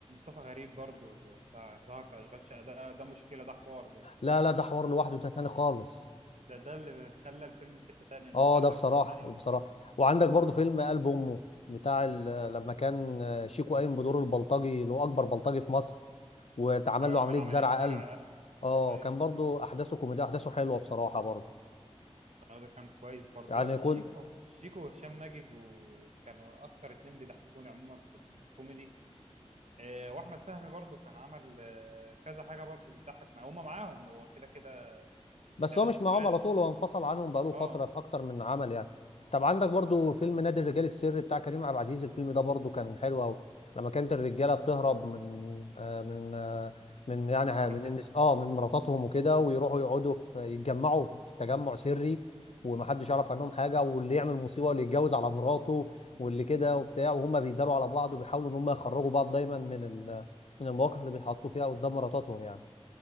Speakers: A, on the right; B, on the left.
A: غريب برضه بتاع ظهر في اشغال شقه ده ده مشكله ده حوار ده
B: لا لا ده حوار لوحده ده تاني خالص
A: ده ده اللي خلى الفيلم في حته تانيه المسلسل
B: اه ده بصراحة
A: في حته تانيه
B: بصراحة وعندك برضو فيلم قلب امه بتاع ال... لما كان شيكو قايم بدور البلطجي اللي هو اكبر بلطجي في مصر واتعمل
A: ايوه
B: له
A: عمل
B: عملية
A: عمليه
B: زرع
A: زرع
B: قلب
A: قلب
B: اه
A: ايوه
B: كان برضو احداثه كوميديا احداثه حلوة بصراحة برضو
A: آه، ده كان كويس برضه
B: يعني
A: آه،
B: كنت
A: شيكو شيكو وهشام ماجد وكانوا اكتر اتنين بيضحكوني عموما في الكوميدي آه، واحمد فهمي برضه كان عمل آه، كذا حاجه برضه بتضحك مع هما معاهم هو كده كده
B: بس
A: تلا-
B: هو مش
A: الثلاثي
B: معاهم على طول هو انفصل عنهم بقاله فترة
A: اه
B: في أكتر من عمل يعني طب عندك برضو فيلم نادي الرجال السري بتاع كريم عبد العزيز الفيلم ده برضو كان حلو أوي لما كانت الرجالة بتهرب من آه من آه من يعني
A: من
B: آه،
A: مراتاتهم
B: من النس- اه من مراتاتهم وكده
A: اه
B: ويروحوا يقعدوا في يتجمعوا في تجمع سري ومحدش يعرف عنهم حاجة واللي يعمل مصيبة واللي يتجوز على مراته واللي كده وبتاع وهم بيداروا على بعض وبيحاولوا إن هم يخرجوا بعض دايما من ال- من المواقف اللي بيتحطوا فيها قدام مراتاتهم يعني